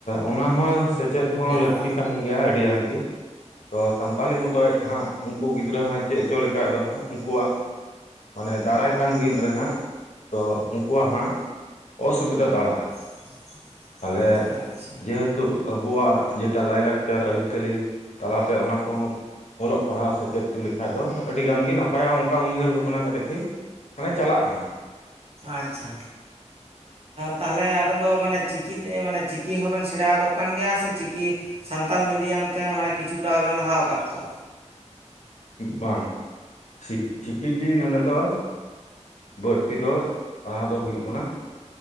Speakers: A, on the left; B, on the right.
A: ᱚᱱᱟ ᱦᱚᱸ ᱥᱮᱪᱮᱫ ᱦᱚᱸ ᱞᱟᱹᱠᱛᱤ
B: ᱟᱫᱚ
A: ᱠᱟᱱ ᱜᱮᱭᱟ ᱟᱹᱰᱤ ᱟᱱ ᱜᱮ᱾ ᱛᱚ ᱥᱟᱱᱛᱟᱞᱤ ᱢᱚᱛᱚᱡ ᱦᱟᱸᱜ ᱩᱱᱠᱩ ᱜᱤᱫᱽᱨᱟᱹ ᱦᱟᱸᱜ ᱪᱮᱫ ᱦᱚᱪᱚ ᱞᱮᱠᱟᱡ ᱫᱚ ᱦᱟᱸᱜ ᱩᱱᱠᱩᱣᱟᱜ ᱢᱟᱱᱮ ᱫᱟᱨᱟᱭ ᱠᱟᱱ ᱫᱤᱱ ᱨᱮ ᱦᱟᱸᱜ ᱛᱚ ᱩᱱᱠᱩᱣᱟᱜ ᱦᱟᱸᱜ ᱚᱥᱵᱤᱫᱟ ᱫᱟᱲᱟᱜᱼᱟ᱾
B: <inaudible>
A: ᱛᱟᱦᱚᱞᱮ
B: ᱟᱪᱪᱷᱟ
A: ᱡᱮᱦᱮᱛᱩ ᱟᱵᱚᱣᱟᱜ ᱡᱮᱴᱟ ᱞᱟᱭᱼᱞᱟᱠᱪᱟᱨ ᱟᱹᱨᱤᱪᱟᱹᱞᱤ ᱛᱟᱞᱟᱛᱮ ᱚᱱᱟ ᱠᱚᱦᱚᱸ ᱚᱞᱚᱜ ᱯᱟᱲᱦᱟᱜ ᱥᱮᱪᱮᱫ ᱦᱚᱪᱚ ᱞᱮᱠᱷᱟᱡ ᱫᱚ ᱟᱹᱰᱤ ᱜᱟᱱ ᱜᱮ ᱱᱟᱯᱟᱭᱚᱜᱼᱟ ᱚᱱᱠᱟ ᱩᱭᱦᱟᱹᱨ ᱵᱷᱟᱵᱽᱱᱟ ᱠᱟᱛᱮᱫ ᱜᱮ ᱢᱟᱱᱮ ᱪᱟᱞᱟᱜ ᱠᱟᱱᱟ᱾
B: ᱟᱪᱪᱷᱟ ᱛᱟᱦᱞᱮ ᱟᱵᱮᱱ ᱫᱚ ᱢᱟᱱᱮ ᱪᱤᱠᱤ ᱛᱮ ᱢᱟᱱᱮ ᱪᱤᱠᱤ ᱦᱚᱸᱵᱮᱱ ᱥᱮᱬᱟᱣ ᱟᱠᱚ ᱠᱟᱱ ᱜᱮᱭᱟ ᱥᱮ ᱪᱤᱠᱤ ᱥᱟᱱᱛᱟᱲ ᱢᱤᱰᱤᱭᱟᱢ ᱛᱮᱦᱚᱸ ᱢᱟᱱᱮ ᱠᱤᱪᱷᱩᱴᱟ ᱵᱮᱱ ᱞᱟᱦᱟ ᱟᱠᱟᱫ ᱠᱚᱣᱟ?
A: ᱵᱟᱝ <unintelligible> ᱪᱤᱠᱤ ᱜᱮ ᱱᱚᱸᱰᱮ ᱫᱚ ᱵᱟᱹᱲᱛᱤ ᱫᱚ ᱯᱟᱲᱦᱟᱣ ᱫᱚ ᱦᱩᱭᱩᱜ ᱠᱟᱱᱟ᱾